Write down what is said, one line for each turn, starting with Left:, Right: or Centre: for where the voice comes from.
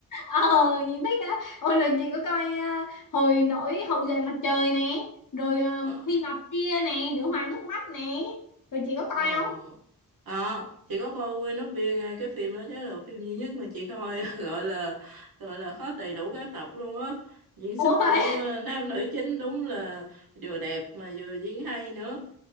Left: ờ nhìn thích á ôi rồi chị có coi à, hồi nổi hậu duệ mặt trời nè rồi à,
Right: Ờ.
Left: Khuy Ngọc Kia nè nữ hoàng nước mắt nè rồi chị có coi
Right: Ờ.
Left: không
Right: À, chị có coi Queen of Bill nha, cái phim đó chắc là phim duy nhất mà chị coi <laughs> gọi là gọi là hết đầy đủ các tập luôn á. Diễn xuất
Left: ủa vậy
Right: của à, nam nữ chính đúng là vừa đẹp mà vừa diễn hay nữa.